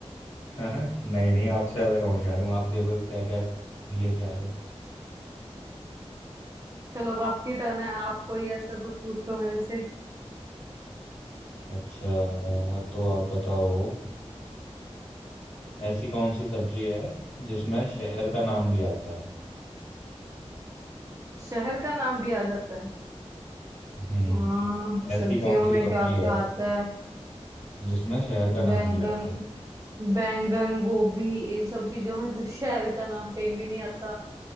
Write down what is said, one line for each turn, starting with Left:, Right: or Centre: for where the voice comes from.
Left: <laughs> नहीं नहीं आपसे ज्यादा कहाँ होशियार हूँ आप देखो क्या क्या लेके आ रहे हो
Right: चलो अब आपकी टर्न है आप कोई ऐसा कुछ पूछो मेरे से
Left: अच्छा तो आप बताओ ऐसी कौन सी सब्जी है जिसमें शहर का नाम भी आता है
Right: शहर का नाम भी आ जाता है
Left: हम्म
Right: हाँ सब्जियों
Left: ऐसी कौन
Right: में
Left: सी सब्जी
Right: क्या क्या
Left: है
Right: आता है
Left: जिसमें शहर का नाम
Right: बैंगन
Left: भी आता है
Right: बैंगन गोभी इन सब चीजों में तो शहर का नाम कहीं भी नहीं आता